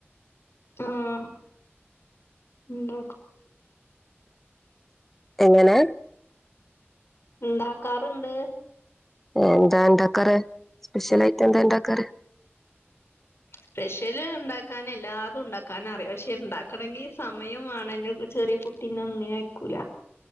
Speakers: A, on the left; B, in the centre.
A: ആഹ ഉ <inaudible>
B: എങ്ങനെ
A: ണ്ടാക്കാറണ്ട്.
B: എന്താ ണ്ടാക്കാറ് സ്പെഷ്യലായിട്ട് എന്താ ണ്ടാക്കാറ്?
A: സ്പെഷ്യല് ണ്ടാക്കാന എല്ലാതും ണ്ടാക്കാനറിയാം പക്ഷെ ണ്ടാക്കണങ്കി സമയം വേണം നു ചെറിയ കുട്ട പിന്നെ ഒന്നിനക്കൂല